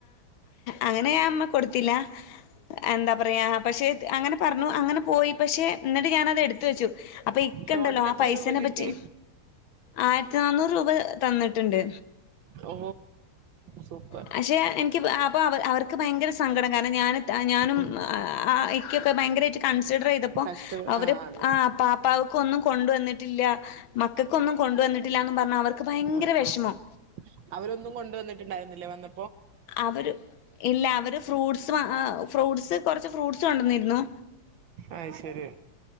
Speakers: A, on the left; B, on the right.
A: അങ്ങനെയമ്മ കൊടുത്തില്ല എന്താ പറയാ പക്ഷെ അങ്ങനെ പറഞ്ഞു അങ്ങനെ പോയി പക്ഷെ എന്നട്ട് ഞാനത് എടുത്തുവെച്ചു അപ്പൊ ഇക്കണ്ടല്ലോ
B: ടോട്ടൽ
A: ആ
B: എത്ര
A: പൈസേനെ
B: രൂപ കിട്ടി
A: പറ്റി ആഹ് പത്ത് നാന്നൂറ് രൂപ തന്നിട്ടുണ്ട്
B: ഓ സൂപ്പർ
A: പക്ഷെ എനിക്കപ്പ അപ്പ അവ അവർക്ക് ഭയങ്കര സങ്കടം കാരണം ഞാന് ത ഞാനും
B: ഉം
A: ആഹ് ആ ഇക്കൊക്കെ ഭയ്ങ്കരായിട്ട് കൺ സിഡറ് ചെയ്തപ്പോ
B: കഷ്ട
A: അവര്
B: ആ അതെ
A: ആഹ് പാപ്പാ ക്കൊന്നും കൊണ്ടുവന്നിട്ടില്ല മക്കക്കൊന്നും കൊണ്ടുവന്നിട്ടില്ലാന്ന് പറഞ്ഞ് അവർക്ക് ഭൈങ്കര
B: ആ
A: വെഷമം.
B: ആ അവരൊന്നും കൊണ്ടുവന്നിട്ടുണ്ടായിരുന്നില്ലേ വന്ന
A: അവര് ഇല്ല അവര് ഫ്രൂട്ട്സ് ആഹ് ഫ്രൂട്ട്സ് കൊറച്ച് ഫ്രൂട്ട്സ് കൊണ്ടന്നിരുന്നു
B: അത് ശരി